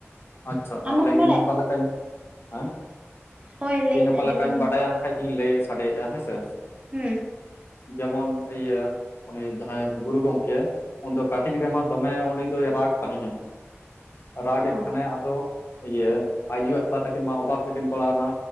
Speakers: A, on the left; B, on the right.
A: ᱟᱪᱪᱷᱟ
B: ᱟᱢᱮᱢ
A: ᱛᱟᱦᱞᱮ ᱤᱧ ᱚᱠᱟ ᱞᱮᱠᱟᱧ ᱦᱮᱸ,
B: ᱦᱳᱭ ᱞᱟᱹᱭᱟᱹᱧ
A: ᱤᱧ ᱚᱠᱟ
B: ᱟᱸᱡᱚᱢᱟᱹᱧ
A: ᱞᱮᱠᱟᱧ ᱵᱟᱰᱟᱭᱟ
B: ᱢᱮ
A: ᱠᱟᱺᱡ ᱤᱧ ᱞᱟᱹᱭ ᱥᱟᱰᱮᱭᱮᱜ-ᱟ, ᱦᱮᱸ ᱥᱮ?
B: ᱦᱩᱸ᱾
A: ᱡᱮᱢᱚᱱ ᱤᱭᱟᱹ ᱩᱱᱤ ᱡᱟᱦᱟᱸᱭ ᱜᱩᱨᱩ ᱜᱚᱝᱠᱮ ᱩᱱ ᱫᱚ ᱠᱟᱹᱴᱤᱡ ᱨᱮᱢᱟ ᱫᱚᱢᱮ ᱩᱱᱤ ᱫᱚᱭ ᱨᱟᱜᱽ ᱛᱟᱦᱮᱸᱡ-ᱟ᱾ ᱨᱟᱜᱮᱜ
B: ᱦᱮᱸ
A: ᱠᱷᱟᱱᱮ ᱟᱫᱚ ᱤᱭᱟᱹ ᱟᱡ ᱟᱭᱩ ᱟᱡ ᱵᱟ ᱛᱟᱹᱠᱤᱱ ᱢᱟ ᱚᱵᱟᱠ ᱨᱮᱠᱤᱱ ᱯᱟᱲᱟᱣᱱᱟ᱾